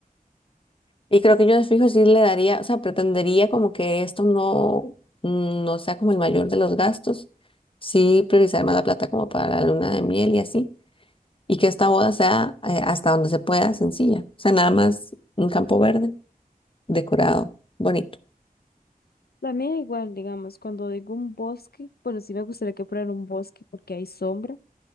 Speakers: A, on the left; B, on the left.
A: Y creo que yo de fijo sí le daría, o sea, pretendería como que esto no, mm, no sea como el mayor de los gastos, sí priorizar más la plata como para la luna de miel y así, y que esta boda sea eh, hasta donde se pueda sencilla, o sea, nada más un campo verde, decorado, bonito.
B: La mía igual, digamos, cuando digo un bosque, bueno, sí me gustaría que fuera un bosque porque hay sombra,